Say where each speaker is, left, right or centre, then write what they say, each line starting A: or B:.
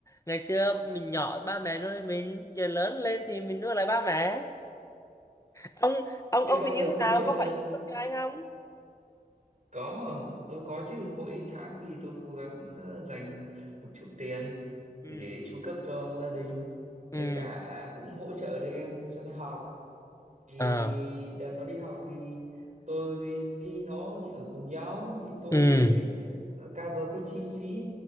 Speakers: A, on the left; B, on the right.
A: Ngày xưa mình nhỏ ba mẹ nuôi mình giờ lớn lên thì mình nuôi lại ba mẹ ông ông
B: thế
A: ông
B: bao
A: thì như
B: giờ
A: thế
B: tính
A: nào
B: chuyện
A: có
B: ờ,
A: phải chu cấp cho ai không
B: có tôi có chứ mỗi tháng thì tôi cố gắng ờ, dành một chút tiền
A: ừ
B: để chu cấp cho gia đình với
A: ừ
B: cả cũng hỗ trợ đứa em cho nó học thì
A: Ờ.
B: đợt nó đi học thì tôi với nó ở cùng nhau thì tôi
A: ừ
B: sẽ ờ, cover cái chi phí